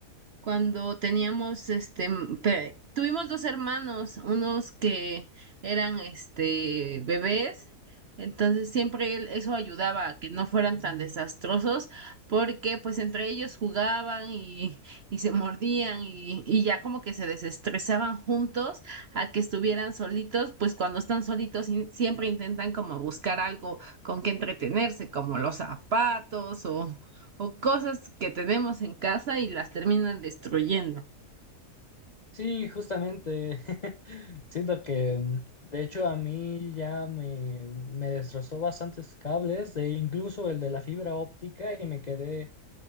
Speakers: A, on the right (about 55°); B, on the left (about 45°).
A: cuando teníamos, este, pe- tuvimos dos hermanos, unos que eran, este, bebés, entonces siempre él- eso ayudaba a que no fueran tan desastrosos, porque pues entre ellos jugaban y, y se mordían y, y ya como que se desestresaban juntos a que estuvieran solitos, pues cuando están solitos in- siempre intentan como buscar algo con que entretenerse, como los zapatos o cosas que tenemos en casa y las terminan destruyendo.
B: Sí, justamente. <laughs> Siento que, mm, de hecho, a mí ya me, me destrozó bastantes cables, e incluso el de la fibra óptica, y me quedé